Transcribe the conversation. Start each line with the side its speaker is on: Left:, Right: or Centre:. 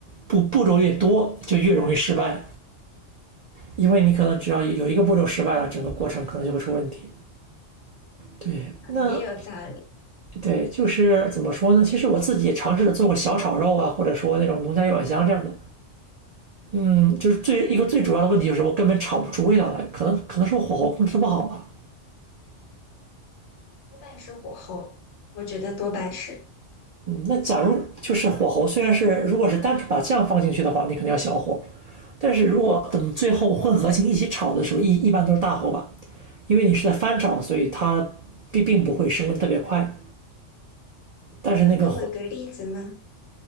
Right: 步步骤越多，就越容易失败，因为你可能只要有一个步骤失败了，整个过程可能就会出问题。对，那
Left: 也有道理，
Right: 对，就是怎么说呢？其实我自己也尝试着做过小炒肉啊，或者说那种农家一碗香这样的。嗯，就是最一个最主要的问题就是我根本炒不出味道来，可能可能是我火候控制不好吧。
Left: 多半是火候，我觉得多半是。
Right: 那假如就是火候，虽然是如果是单纯把酱放进去的话，你肯定要小火，但是如果等最后混合型一起炒的时候，一一般都是大火吧，因为你是在翻炒，所以它并并不会升温特别快。但是那个火，
Left: 你能给我一个例子吗？